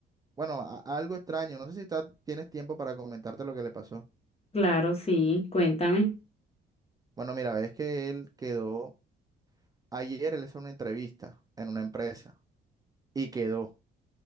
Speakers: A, on the right; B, on the left.
A: Bueno, a- algo extraño. No sé si está- tienes tiempo para comentarte lo que le pasó.
B: Claro, sí, cuéntame.
A: Bueno, mira, ves que él quedó, ayer él hizo una entrevista en una empresa y quedó.